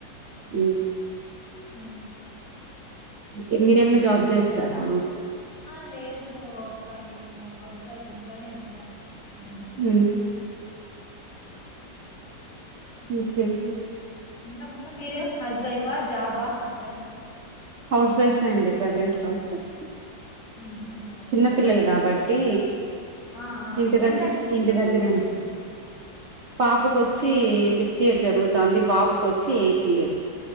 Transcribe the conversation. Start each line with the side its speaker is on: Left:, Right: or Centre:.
Right: ఊ
Left: ఊ
Right: ఇంకేమ్ మీరేమన్నా జాబ్ జేస్తారా
Left: ఆ లేదు అక్క నేను హౌజ్ వైఫ్ ఇంట్లోనే ఉంటాను మ్మ్
Right: ఊ ఉ మ్మ్
Left: ఇంగా మొక్క మీరు హౌజ్ వైఫా జాబా ఎక్కడన్నా
Right: హౌస్ వైఫే అండి ప్రజెంట్ హౌస్ వైఫ్
Left: మ్మ్ ఓకే
Right: చిన్న పిల్లలు గాబట్టి
Left: ఆ ఆ
Right: ఇంటి దగ్
Left: ఎంతండి పిల్లల
Right: ఇంటి దగ్గరేండి
Left: కేజు
Right: పాపకొచ్చి ఫిఫ్ తీర్ జరుగుతాంది బాబుకొచ్చి ఎయిత్ ఇయర్